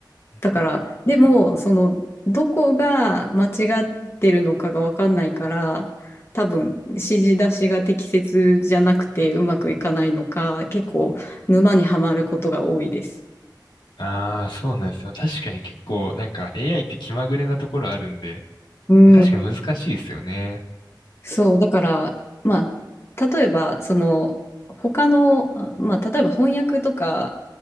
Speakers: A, on the left (about 90°); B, on the left (about 35°).
A: うんうんうん
B: だからでもそのどこが間違ってるのかが分かんないから多分指示出しが適切じゃなくてうまくいかないのか結構沼にはまることが多いです。
A: ああ、そうなんですよ。確かに結構、なんか AI って気まぐれなところあるんで、
B: うん
A: 確かに難しいですよね。
B: そう、だから、まあ、例えば、その、他の、あまあ、例えば翻訳とか